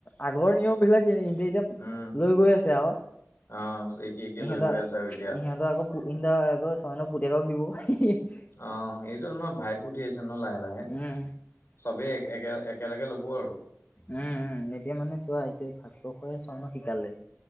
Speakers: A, on the left; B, on the left.
A: আগৰ নিয়ম বিলাক এনে এতিয়া এতিয়া
B: উম,
A: লৈ গৈ আছে আৰু
B: অ', একে একে
A: ইহেঁতক
B: লৈ গৈ আছে আৰু এতিয়া
A: সিহঁতৰ আকৌ পোহিন দা আকৌ ছইনৰ পুতেকক দিব
B: অ এইটো নহয় ভাইকো উঠি আহিছে ন লাহে লাহে ন
A: উম
B: চবেই এক একেলগে ল'ব আৰু
A: উম-উম এতিয়া মানে চোৱা এতিয়া ভাস্কৰ খৰে স্বৰ্ণক শিকালে